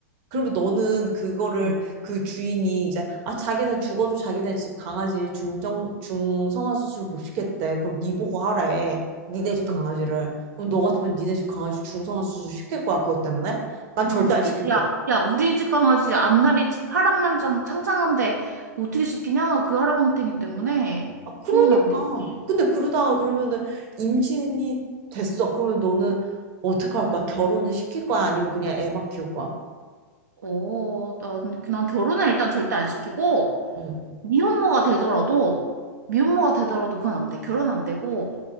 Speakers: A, on the right (about 45°); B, on the right (about 80°).
A: 그러면 너는 그거를
B: 어,
A: 그 주인이 이제, 아, 자기는 죽어도 자기네 집 강아지 중정, 중성화 수술 못 시켰대. 그럼 니 보고 하래. 니네 집
B: 어,
A: 강아지를. 그럼 너 같으면
B: 어.
A: 니네 집 강아지 중성화 수술 시킬 거야. 그것 때문에? 난 절대
B: 안 시키지.
A: 안 시킬
B: 야,
A: 거야.
B: 야, 우리 집 강아지 앞날이 파란만장 창창한데 어떻게 시키냐? 그 할아버지 때문에.
A: 아, 그러니까.
B: 그건 안 되지.
A: 근데 그러다가 그러면은 임신이 됐어. 그러면 너는 어떻게 할 거야? 결혼을 시킬 거야? 아니면 그냥 애만 키울 거야?
B: 어, 난, 난 결혼은 일단 절대 안 시키고,
A: 응.
B: 미혼모가 되더라도, 미혼모가 되더라도 그건 안 돼. 결혼 안 되고,